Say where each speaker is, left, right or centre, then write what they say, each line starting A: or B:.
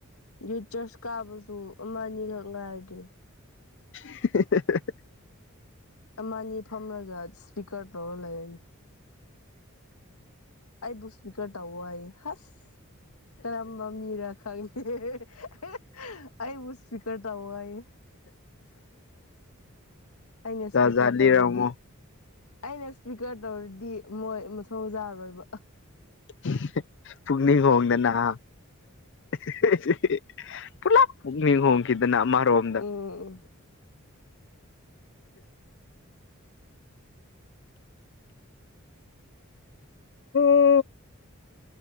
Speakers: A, on the left; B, on the left.
A: ꯌꯨꯠ ꯆꯔꯆ ꯀꯥꯕꯁꯨ ꯑꯃ ꯅꯤꯒꯛ ꯉꯥꯏꯒꯦ
B: <unintelligible>
A: ꯑꯃ ꯅꯤ ꯐꯝꯔꯒ ꯁ꯭ꯄꯤꯀꯔ ꯇꯧꯔ ꯂꯩꯔꯅꯨ ꯑꯩꯕꯨ ꯁ꯭ꯄꯤꯀꯔ ꯇꯧꯕ ꯑꯌꯦ ꯍꯁ ꯀꯔꯝꯕ ꯃꯤꯔ ꯈꯪ <unintelligible> ꯑꯩꯕꯨ ꯁ꯭ꯄꯤꯀꯔ ꯇꯧ ꯂꯩ ꯑꯩꯅ
B: ꯖꯥꯠ
A: ꯁ꯭ꯄꯤꯀꯔ
B: ꯖꯥꯠ
A: ꯇꯧꯔꯗꯤ
B: ꯂꯤꯔꯝꯃꯣ
A: ꯑꯩꯅ ꯁ꯭ꯄꯤꯀꯔ ꯇꯧꯔꯗꯤ ꯃꯣꯏ ꯃꯊꯣꯡ ꯆꯥꯔꯣꯏꯕ
B: <unintelligible> ꯄꯨꯛꯅꯤꯡ ꯍꯣꯡꯗꯅ ꯍꯥ <unintelligible> ꯄꯨꯂꯞ ꯄꯨꯛꯅꯤꯡ ꯍꯣꯡꯈꯤꯗꯅ ꯑꯥꯃꯔꯣꯝꯗ
A: ꯎꯝ
B: ꯎꯝ